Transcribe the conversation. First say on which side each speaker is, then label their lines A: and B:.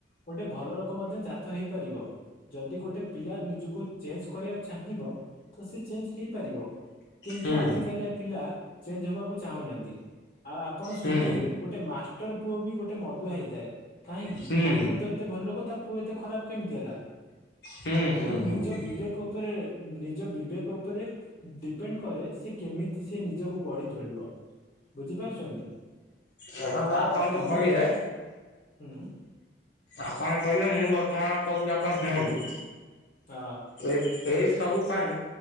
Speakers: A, on the left (about 45°); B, on the left (about 70°).
A: ଗୋଟେ ଭଲ ରୋଗ ମଧ୍ୟ ଜାତ ହେଇପାରିବ। ଯଦି ଗୋଟେ ପିଲା ନିଜକୁ ଚେଞ୍ଜ କରିବାକୁ ଚାହିଁବ ତ ସେ ଚେଞ୍ଜ ହେଇପାରିବ। କିନ୍ତୁ
B: ହୁଁ
A: ଆଜି କାଲିଆ ପିଲା ଚେଞ୍ଜ ହବାକୁ ଚାହୁଁନାହାନ୍ତି। ଆଉ ଆପଣ ଶୁଣିଥିବେ
B: ହୁଁ
A: ଗୋଟେ ମାଷ୍ଟର ପୁଅ ବି ଗୋଟେ ମଦୁଆ ହେଇଥାଏ। କାହିଁକି
B: ହୁଁ
A: ମାଷ୍ଟର ତ ଏତେ ଭଲ ଲୋକ ତା ପୁଅ ଏତେ ଖରାପ କେମିତି ହେଲା?
B: ହୁଁ
A: ତେଣୁ
B: ହୁଁ
A: ନିଜ
B: ହୁଁ
A: ବିବେକ ଉପରେ ନିଜ ବିବେକ ଉପରେ ଡିପେଣ୍ଡ କରେ ସେ କେମିତି ସେ ନିଜକୁ ଗଢି ତୋଳିବ? ବୁଝିପାରୁଛନ୍ତି?
B: ହୁଁ
A: ତ
B: ଆପଣ
A: ଇମ
B: କହିବେ
A: ହୁଁ
B: ଆପଣ କହିଲେ ମୁଁ ବର୍ତ୍ତମାନ କହୁଛି ଆପଣ ଶୁଣନ୍ତୁ।
A: ହଁ।
B: ଏ ଏଇ ସବୁ ପାଇଁ